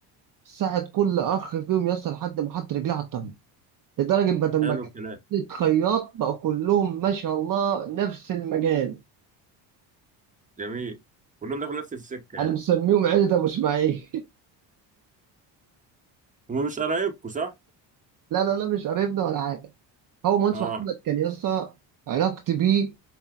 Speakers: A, on the right; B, on the right.
A: ساعد كل اخ فيهم يصل لحد ما حط رجليه على الطريق لدرجه بدل ما
B: حلو
A: كان
B: الكلام
A: خياط بقى كلهم ما شاء الله نفس المجال
B: جميل كلهم داخل نفس السكه
A: انا
B: يعني
A: مسميهم عيله ابو اسماعيل <laughs>
B: ومش قرايبكم صح
A: لا لا لا مش قريبنا ولا حاجه هو مهندس
B: اه
A: محمد كان يسطا علاقتي بيه